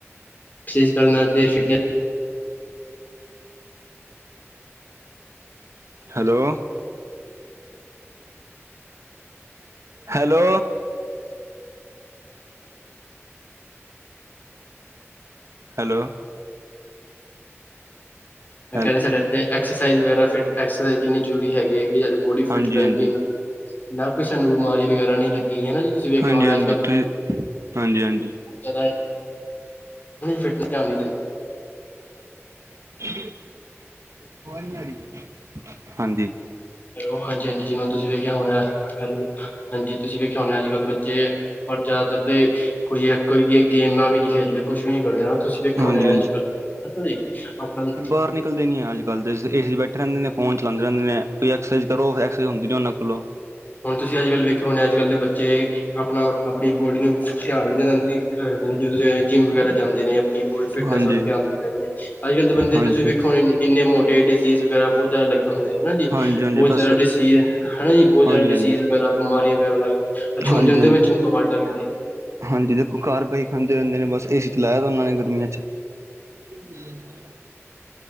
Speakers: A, on the left; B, on the right.
A: ਸੀਜ ਕਰਨਾ ਤੇ ਸੀਟਨਸ
B: ਹੈਲੋ ਹੈਲੋ ਹੈਲੋ
A: ਮੈਂ
B: ਹੈਲ
A: ਕਹਿੰਦਾ ਸੀ ਸਾਡੇ ਤੇ ਐਕਸਾਈਜ਼ ਵਗੈਰਾ ਫਿਟ ਐਕਸਾਈਜ਼ ਕਿੰਨੀ ਜ਼ਰੂਰੀ ਹੈਗੀ -ਹੈਗੀ ਏ ਸਾਡੀ ਬੋਡੀ ਫਿਟ
B: ਹਾਂਜੀ
A: ਰਹੇਗੀ
B: ਹਾਂਜੀ
A: ਨਾ ਨਾ ਕੋਈ ਸਾਨੂੰ ਬਿਮਾਰੀ ਵਗੈਰਾ ਨੀ ਲੱਗੀ ਹੈਨਾ ਜੀ। ਤੁਸੀਂ ਵੇਖਿਆ
B: ਹਾਂਜੀ-
A: ਹੋਣਾ
B: ਹਾਂਜੀ,
A: ਅੱਜ
B: ਤੁਸੀਂ ਹਾਂਜੀ- ਹਾਂਜੀ।
A: ਜਦੋ ਉਵੇ ਈ ਫਿਟਨਸ ਧਿਆਨ ਨੀ ਦੇਣ
B: <unintelligible> ਅਵਾਜ ਨੀ ਆ ਰਹੀ, ਹਾਂਜੀ।
A: ਹੈਲੋ ਹਾਂਜੀ -ਹਾਂਜੀ ਜਿਵੇਂ ਤੁਸੀਂ ਵੇਖਿਆ ਹੋਣਾ ਐ। ਹੈਲੋ- ਹਾਂਜੀ ਤੁਸੀਂ ਵੇਖਿਆ ਹੋਣਿ ਅੱਜ -ਕੱਲ੍ਹ ਬੱਚੇ, ਪਰ ਜ਼ਿਆਦਾਤਰ ਦੇ ਕੁੜੀਆਂ ਕੋਈ ਏਹ ਗੇਮਾਂ ਵੀ ਨੀ ਖੇਡਦੇ ਕੁਛੱ ਵੀ ਨੀ ਕਰਦੇ ਨਾ ਤੁਸੀਂ ਵੇਖਾ
B: ਹਾਂਜੀ
A: ਹੋਣਿਆ ਅੱਜ -ਕੱਲ, ਹਨਾ ਜੀ ਆਪਣਾ ਵੀ
B: ਬਹਾਰ ਨਿਕਲ ਦੇ ਨੀ ਐ ਜੀ। ਗੱਲ ਦੇ ਸੀ ਏਸੀ ਚ ਬੈਠੇ ਰਹਿੰਦੇ ਫੋਨ ਚਲਾਉਂਦੇ ਰਹਿੰਦੇ ਨੇ ਕੋਈ ਐਕਸਾਈਜ਼ ਕਰੋ ਫਿਰ ਐਕਸਾਈਜ਼ ਹੁੰਦੀ ਨੇ ਉਹਨਾਂ ਕੋਲੋਂ।
A: ਹੁਣ ਤੁਸੀਂ ਅੱਜ -ਕੱਲ ਵੇਖੇ ਹੋਣੇ ਆ ਅੱਜ- ਕੱਲ ਦੇ ਬੱਚੇ ਆਪਣਾ -ਆਪਣੀ ਬੋਡੀ ਨੂੰ ਧਿਆਨ ਦੇਦੇ ਰਹਿੰਦੇ ਜੀ, ਜਿਵੇਂ ਜਿੰਮ ਵਗੈਰਾ ਜਾਂਦੇ ਨੇ। ਆਪਣੀ ਬੋਡੀ ਫਿਟਨ
B: ਹਾਂਜੀ
A: ਵੱਲ ਧਿਆਨ ਦਿੰਦੇ ਨੇ, ਅੱਜ- ਕੱਲ ਦੇ ਬੰਦੇ
B: ਹਾਂਜੀ
A: ਤੁਸੀਂ ਵੇਖੋ ਇਨ-ਇਨੇ ਮੋਟੇ ਡਿਜ਼ੀਜ਼ ਵਗੈਰਾ ਬੋਤ ਲੱਗੇ ਹੁੰਦੇ ਆ ਹਨਾ ਜੀ।
B: ਹਾਂਜੀ ਹਾਂਜੀ
A: ਬਹੁਤ
B: ਬਸ
A: ਜ਼ਿਆਦਾ ਡਿਸੀਰ ਹਨਾ ਜੀ ਬਹੁਤ ਜ਼ਿਆਦਾ
B: ਹਾਂਜੀ
A: ਡਸੀਰ
B: ਹਾਂਜੀ
A: ਵਗੈਰਾ ਬਿਮਾਰੀਆਂ ਵਗੈਰਾ ਲੱਗ ਆ ਛੁਨਦੇ
B: ਹਾਂਜੀ ਹਾਂਜੀ
A: ਵਿੱਚ ਵੀ ਬਿਮਾਰੀ ਲੱਗ ਜਾਂਦੀ ਐ।
B: ਹਾਂਜੀ ਦੇਖੋ ਘਰ ਬਹਿ ਖਾਂਦੇ ਰਹਿੰਦੇ ਨੇ ਬਸ ਏ ਸੀ ਚਲਾਇਆ ਤਾਂ ਉਹਨਾਂ ਨੇ ਗਰਮੀਆਂ ਚ। <inaudible>